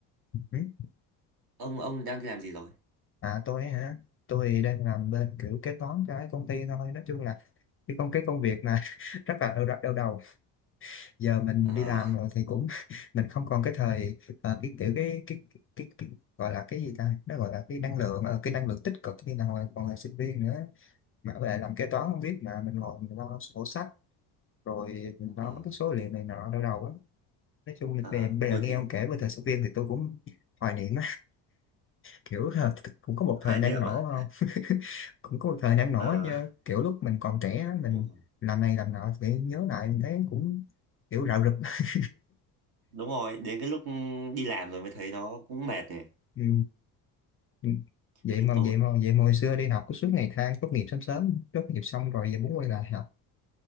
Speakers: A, on the left; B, on the right.
A: ừ,
B: ông ông đang đi làm gì rồi
A: À tôi hả? Tôi đang làm bên kiểu kế toán cho cái công ty thôi. Nói chung là cái công cái công việc mà <laughs> rất là đau, đau đầu. Giờ mình
B: ờ
A: đi làm rồi thì cũng <laughs> mình không còn cái thời ờ, cái kiểu cái cái, cái cái cái gọi là cái gì ta? Nó gọi là cái năng lượng ờ, cái năng lượng tích cực như là hồi còn là sinh viên nữa. Mà với lại làm kế toán không biết mà mình ngồi mình lo sổ sách rồi mình lo
B: ờ
A: mấy cái số liệu này nọ đau đầu á. Nói chung là
B: ờ
A: bè bè
B: tôi
A: nghe
B: thấy
A: ông kể về thời sinh viên thì tôi cũng hoài niệm kiểu ha, th- cũng có một thời
B: hoài
A: năng
B: niệm
A: nổ
B: à?
A: không <laughs> cũng có một thời năng nổ
B: ờ
A: chứ kiểu lúc mình còn trẻ á, mình
B: đúng rồi.
A: làm này làm nọ thì nhớ lại mình thấy cũng kiểu rạo rực <laughs>
B: đúng rồi đến cái lúc đi làm rồi mới thấy nó cũng mệt này
A: ừ. ừ. vậy
B: như
A: mà
B: tôi
A: vậy mà vậy mà hồi xưa đi học cứ suốt ngày than tốt nghiệp sớm sớm tốt nghiệp xong rồi giờ muốn quay lại học